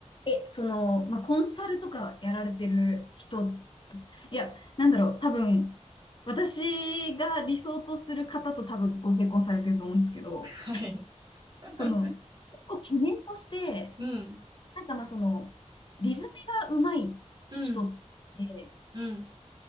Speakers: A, on the left; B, on the right.
A: え、その、まあ、コンサルとかやられてる人、いや、なんだろう、多分、私が理想とする方と多分ご結婚されてると思うんですけど、
B: はい。<laughs>
A: その、結構懸念として、
B: うん、
A: なんかまあその、リズムがうまい人って、
B: うん、うん、